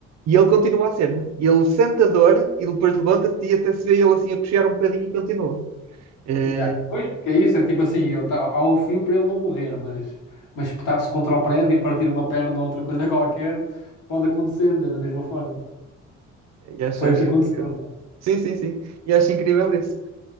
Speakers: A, on the right; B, on the left.
A: E ele continua a cena. Ele sente a dor e depois levanta-se e até se vê ele assim a coxear um bocadinho e continua. Eh,
B: yeah. Pois, porque é isso, é tipo assim, ele tá, há o fio para ele não morrer, mas, mas espetar-se contra o prédio e partir uma perna ou outra coisa <laughs> qualquer pode acontecer, né? Da mesma forma.
A: e acho,
B: Foi
A: acho
B: o que aconteceu.
A: incrível.
B: tá?
A: Sim, sim, sim. E acho incrível isso.